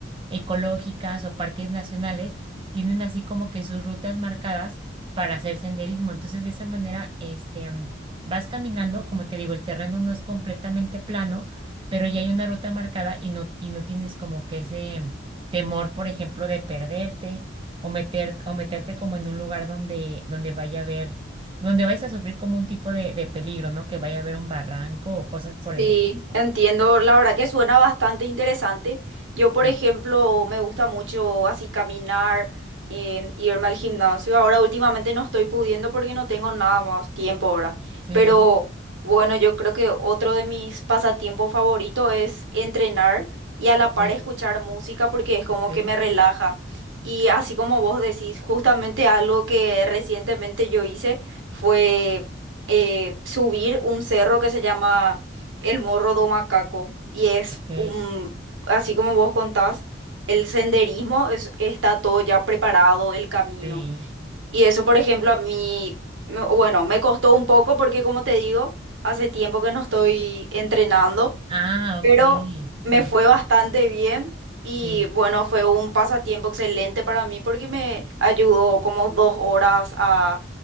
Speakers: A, on the right (about 30°); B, on the right (about 85°).
A: ecológicas o parques nacionales tienen así como que sus rutas marcadas para hacer senderismo. Entonces, de esa manera, este, mm, vas caminando, como te digo, el terreno no es completamente plano, pero ya hay una ruta marcada y no, y no tienes como que ese mm, temor, por ejemplo, de perderte o meter, o meterte como en un lugar donde, donde vaya a haber, donde vayas a sufrir como un tipo de, de peligro, ¿no? Que vaya a haber un barranco o cosas por
B: Sí,
A: el estilo.
B: entiendo. La verdad que suena bastante interesante. Yo, por
A: Sí,
B: ejemplo, me gusta mucho así caminar, em, irme al gimnasio. Ahora últimamente no estoy pudiendo porque no tengo nada más tiempo ahora.
A: sí,
B: Pero bueno, yo creo que otro de mis pasatiempos favoritos es entrenar y a la par
A: sí,
B: escuchar música porque es como
A: ok,
B: que me relaja. Y así como vos decís, justamente algo que recientemente yo hice fue eh, subir un cerro que se llama el Morro do Macaco y es
A: ok.
B: un, así como vos contás, el senderismo es- está todo ya preparado, el camino.
A: Sí.
B: Y eso, por ejemplo, a mí, me- bueno, me costó un poco porque, como te digo, hace tiempo que no estoy entrenando
A: Ah, ok.
B: pero
A: Sí,
B: me fue bastante bien y
A: sí,
B: bueno, fue un pasatiempo excelente para mí porque me ayudó como dos horas a